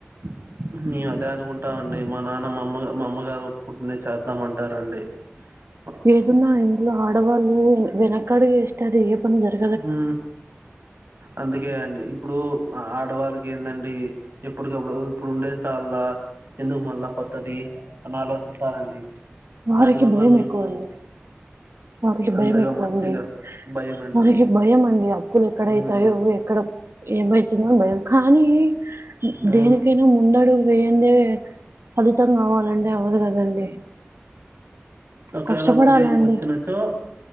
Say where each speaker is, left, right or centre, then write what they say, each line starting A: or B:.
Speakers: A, on the right; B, on the right.
A: <inaudible> మేము అదే అనుకుంటాం అండి మా నాన్న మా అమ్మ మా అమ్మగారు ఒప్పుకుంటునే చేద్దామంటారండి. <inaudible>
B: ఏదన్నా ఆ ఇంట్లో ఆడవాళ్ళు వెనకాడుగు వేస్తే అది ఏ పని జరు
A: హు అందుకే అండి ఇప్పుడు ఆ ఆడవాళ్ళకి ఏందండి ఎప్పుటికప్పుడు ఇప్పుడు ఉండేది చాల్దా ఎందుకు మళ్ళా కొత్తది అని ఆలోచిస్తారండి
B: వారికి
A: దాని వల్ల
B: భయం
A: మేము
B: ఎక్కువండి. వారికి
A: అంతగా
B: భయం ఎక్కువండి.
A: మంచిగా భయమండి
B: మనకి భయం అండి అప్పులు ఎక్కడైతాయో
A: హ్మ్.
B: ఏవ్ ఎక్కడ ఏమైతుందో అని భయం, కానీ
A: హ్మ్.
B: దేనికైనా ముందడుగు వేయందే ఫలితం కావాలన్ టే అవ్వదు కదండీ
A: ఒకయలా
B: కష్టపడాలండి
A: ఉద్యోగం వచ్చినచో